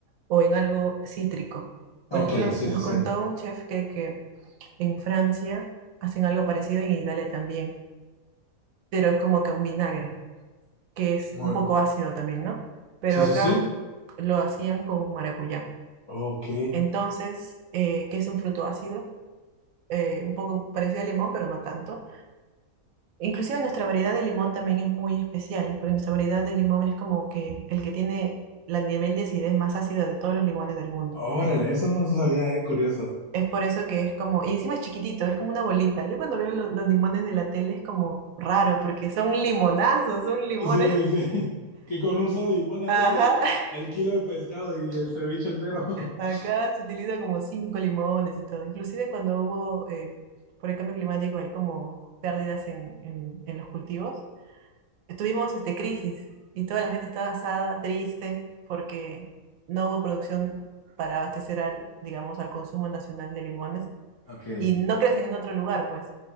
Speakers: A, on the right (about 75°); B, on the left (about 40°).
A: o en algo cítrico. Por
B: Ok,
A: ejemplo,
B: sí,
A: nos
B: sí,
A: contó
B: sí.
A: un chef que, que en Francia hacen algo parecido y en Italia también, pero es como que un vinagre. que es
B: Muy,
A: un poco ácido también, ¿no? Pero
B: sí, sí,
A: acá
B: sí.
A: lo hacían con maracuyá.
B: Ok.
A: Entonces, eh, que es un fruto ácido, eh, un poco parecido al limón, pero no tanto. Inclusive nuestra variedad de limón también es muy especial, porque nuestra variedad de limón es como que el que tiene el nivel de acidez más ácido de todos los limones del mundo.
B: Órale, eso no lo sabía, ¿eh? Curioso.
A: Es por eso que es como, y encima es chiquitito, es como una bolita. Yo cuando veo lo- los, limones de la tele es como raro, porque son limonazos, son limones.
B: Sí,
A: <laughs>
B: sí, sí. <laughs> Que con un solo limón haces
A: Ajá.
B: el, el kilo de pescado y el ceviche entero. <laughs>
A: Acá se utiliza como cinco limones y todo. Inclusive cuando hubo, eh, por el cambio climático, hay como pérdidas en, en- en los cultivos. Tuvimos este, crisis y toda la gente estaba asada, triste, porque no hubo producción para abastecer al, digamos, al consumo nacional de limones
B: Ok,
A: y no crecen en otro lugar, pues.